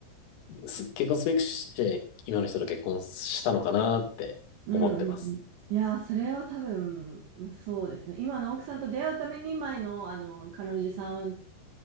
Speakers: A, on the left; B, on the right.
A: す結婚すべくして今の人と結婚したのかなって思ってます。
B: にうんうんうん。いやー、それは多分、そうですね。今の奥さんと出会うために前の、あの、彼女さん